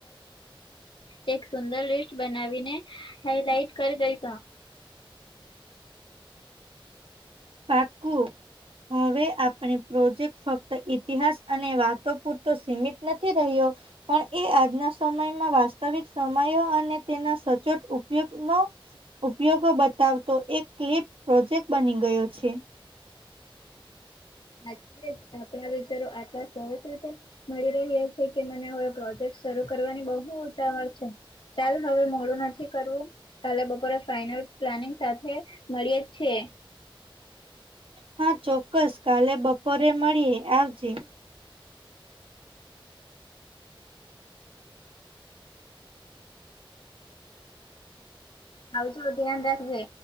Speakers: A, on the left (about 65°); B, on the right (about 80°).
A: એક સુંર લિસ્ટ બનાવીને હાઈલાઈટ કરી દઈશ
B: પાકું હવે આપણી પ્રોજેક્ટ ફક્ત ઈતિહાસ અને વાતો પૂરતો સીમિત નથી રહ્યો પણ એ આજના સમયમાં વાસ્તવિક સમયો અને તેના સચોટ ઉપયોગનો ઉપયોગો બતાવતો એક ક્લિપ પ્રોજેક્ટ બની ગયો છે
A: હાચે આપડા વિચારો આટલા સરજ રીતે મળી રહ્યા કછે તો મને હવે પ્રોજેક્ટ શરૂ કરવાની બહુ ઉતાવળ છે ચાલ હવે મોડું નથી કરવું કાલે બપોરે ફાઈનલ પ્લાનિંગ સાથે મળીએ જ છે
B: હા ચોક્કસ કાલે બપોરે મળીએે આવજે
A: આવજો ધ્યાન રાખજે